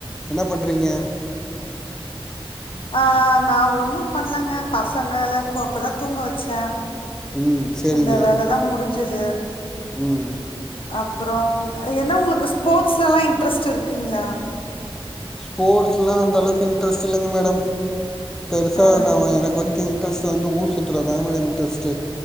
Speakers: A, in the centre; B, on the left.
A: என்னா பண்றீங்க
B: அ நா ஒன்னு பண்ணலங்க பசங்கள கொ இப்ப தா தூங்க வச்சே
A: ம் சேரிங்க
B: அந்த வேலதா முடிஞ்சது
A: ம்
B: அப்பறம் என்ன உங்களுக்கு ஸ்போர்ட்ஸ்லா இன்ட்ரெஸ்ட் இருக்குங்களா
A: ஸ்போர்ட்ஸ்லா அந்தளவுக்கு இன்ட்ரெஸ்ட் இல்லங்க மேடம் பெருசா
B: ஆ
A: நா எனக்கு வந்து அடுத்த இன்ட்ரெஸ்ட் வந்து ஊர் சுத்துறதா மேடம் இன்ட்ரெஸ்ட்டு